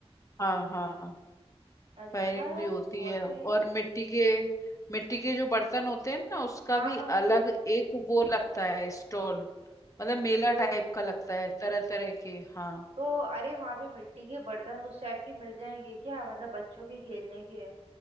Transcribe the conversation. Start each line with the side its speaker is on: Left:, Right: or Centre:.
Left: हाँ हाँ
Right: अच्छा
Left: फायरिंग
Right: यार
Left: भी होती
Right: बहुत
Left: है और
Right: सही है
Left: मिट्टी के मिट्टी के जो बर्तन होते हैं ना उसका
Right: हाँ
Left: भी
Right: हाँ हाँ।
Left: अलग एक वो लगता है स्टॉल मतलब मेला
Right: ओ
Left: टाइप का लगता है तरह तरह के हाँ
Right: तो अरे वहां पे मिट्टी के बर्तन उस टाइप के मिल जाएंगे क्या मतलब बच्चों के खेलने के